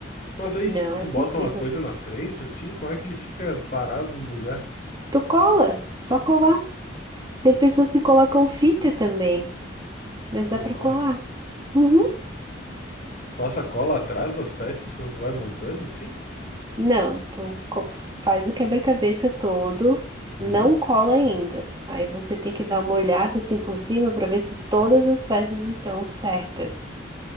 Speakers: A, on the left; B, on the right.
A: mas aí,
B: Não
A: tipo, tu
B: é
A: bota
B: possível.
A: uma coisa na frente, assim, como é que ele fica parado no lugar?
B: Tu cola, só colar. Tem pessoas que colocam fita também, mas
A: Colar.
B: dá pra colar. Uhum.
A: Passa cola atrás das peças quando tu vai montando, assim?
B: Não, tu co- faz o quebra-cabeça todo,
A: Uhum,
B: não cola ainda. Aí você tem que dar uma olhada assim por cima pra ver se todas as peças estão certas.